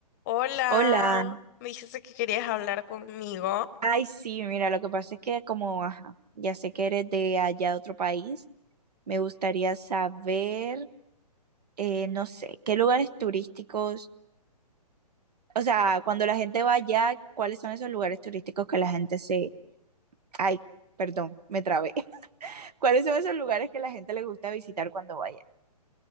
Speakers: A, on the left; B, on the right.
A: Hola,
B: Hola,
A: me dijiste que querías hablar conmigo.
B: ay sí, mira, lo que pasa es que como, ajá, ya sé que eres de allá de otro país, me gustaría saber, eh, no sé, qué lugares turísticos, o sea, cuando la gente va allá, ¿cuáles son esos lugares turísticos que la gente se, ay, perdón, me trabé, <laughs> ¿cuáles son esos lugares que la gente le gusta visitar cuando vaya?